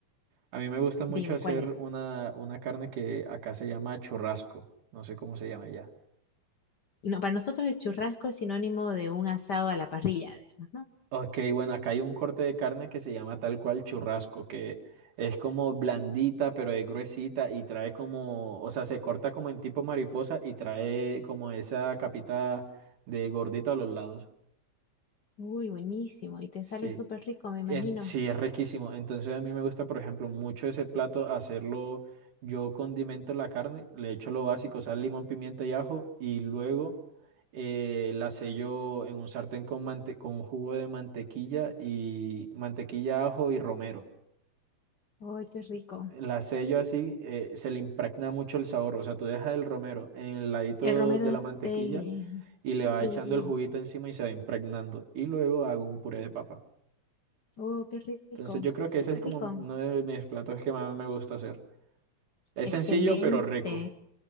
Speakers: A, on the right; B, on the left.
A: A mí me gusta mucho
B: Dime,
A: hacer
B: ¿cuál es?
A: una, una carne que acá se llama churrasco. No sé cómo se llama ya.
B: No, para nosotros el churrasco es sinónimo de un asado a la parrilla, digamos, ¿no?
A: Ok, bueno, acá hay un corte de carne que se llama tal cual churrasco, que es como blandita, pero es gruesita y trae como, o sea, se corta como en tipo mariposa y trae como esa capita de gordito a los lados.
B: Uy, buenísimo, y te
A: Sí.
B: sale súper rico, me imagino.
A: En- sí, es riquísimo. Entonces a mí me gusta, por ejemplo, mucho ese plato hacerlo. Yo condimento la carne, le echo lo básico, sal, limón, pimienta y ajo, y luego eh, la sello en un sartén con, mante- con jugo de mantequilla y mantequilla, ajo y romero.
B: Uy, qué rico.
A: La sello así, eh, se le impregna mucho el sabor. O sea, tú dejas el romero en el ladito
B: El romero
A: de
B: de
A: la
B: Steli.
A: mantequilla y le vas
B: Sí.
A: echando el juguito encima y se va impregnando. Y luego hago un puré de papa.
B: Oh, qué rico.
A: Entonces yo creo
B: Súper
A: que ese es como
B: rico.
A: uno de mis platos que más me gusta hacer. Es
B: Excelente.
A: sencillo pero rico.